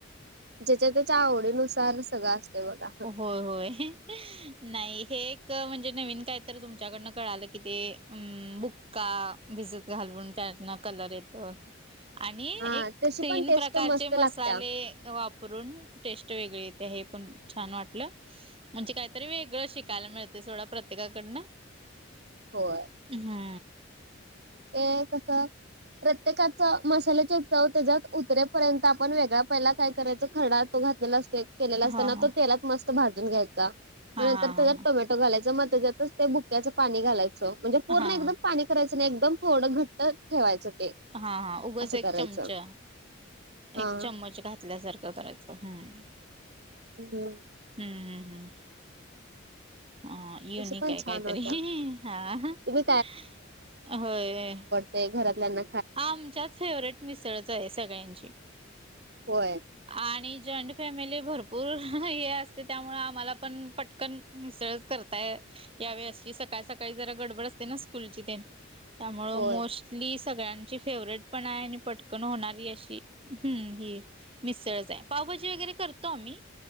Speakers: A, on the right; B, on the right.
A: ज्याच्या त्याच्या आवडीनुसार सगळं असतय बघा.
B: होय होय.
A: <inaudible>
B: नाही हे एक म्हणजे नवीन काय तर तुमच्याकडनं कळालं कि ते अम बुक्का भिजत घालवून त्यांना कलर येतो आणि
A: हा
B: एक
A: तशी
B: तीन
A: पण टेस्ट
B: प्रकारचे
A: मस्त
B: मसाले
A: लागत्या.
B: वापरून टेस्ट वेगळी येते हे पण छान वाटलं. म्हणजे काहीतरी वेगळं शिक कायला मिळतेय सोडा प्रत्येकाकडनं
A: होय
B: ह हा
A: ते कसं? प्रत्येकाचं मसाल्याचे चव त्याच्यात उतरेपर्यंत आपण वेगळ्या पहिला काय करायचं, खर्डा तो घात केलं असतंय केलेला असताना
B: हा हा
A: तो तेलात मस्त भाजून घ्यायचा
B: हा
A: पण नंतर
B: हा
A: त्यात
B: हा
A: टोमॅ घालायचं मग त्याच्यातच ते बुक्याच पाणी घालायचं म्हणजे पूर्ण
B: हा हा
A: एकदम पाणी करायचं नाही एकदम थोडं घट्टचं ठेवायचं ते.
B: हा हा उगच
A: असं करायचं
B: एक चमचा
A: हा.
B: एक चम्मच घातल्यासारखं करायचं, हम्म
A: <unintelligible>
B: हम्म हम्म हम्म हं <inaudible> युनिक
A: तशी पण
B: आहे
A: छान
B: काहीतरी
A: होत्या.
B: <inaudible> हा <inaudible>
A: तुम्ही
B: होय.
A: ते घरातल्याच
B: आमच्यात फेवरेट मिसळच आहे सगळ्यांची.
A: होय,
B: <inaudible> आणि जॉईंट फॅमिली आहे भरपूर हे असते त्यामुळे आम्हाला पण पटकन मिसळच करताय. या वेळेशी सकाळ-सकाळी जरा गडबड असते ना स्कूलची तेन त्यामुळ
A: होय,
B: मोस्टली सगळ्यांची फेवरेट पण आहे आणि पटकन होणारी अशी ही मिसळच हाय. पावभाजी वगैरे करतो आम्ही